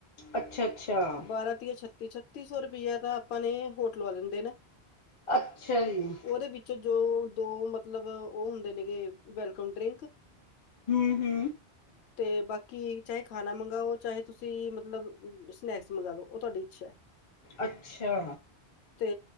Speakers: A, on the left; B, on the left.
A: ਅੱਛਾ, ਅੱਛਾ,
B: ਬਾਰਾਂ ਤੀਆ ਛੱਤੀ-ਛੱਤੀ ਸੌ ਰੁਪਈਆ ਤਾਂ ਆਪਾਂ ਨੇ ਹੋਟਲ ਵਾਲੇ ਨੂੰ ਦੇਣਾ
A: ਅੱਛਾ ਜੀ।
B: ਓਦੇ ਵਿੱਚੋ ਜੋ ਦੋ ਮਤਲਬ ਓ ਹੁੰਦੇ ਨੇਗੇ ਵੈਲਕਮ ਡਰਿੰਕ
A: ਹੂੰ-ਹੂੰ
B: <inaudible> ਤੇ ਬਾਕੀ ਚਾਹੇ ਖਾਣਾ ਮੰਗਾਂਓ ਚਾਹੇ ਤੁਸੀਂ ਮਤਲਬ ਸਨੈਕਸ ਮੰਗਵਾ ਲਓ ਓ ਤੁਹਾਡੀ ਇੱਛਾ ਐ। <inaudible>
A: ਅੱਛਾ।
B: ਤੇ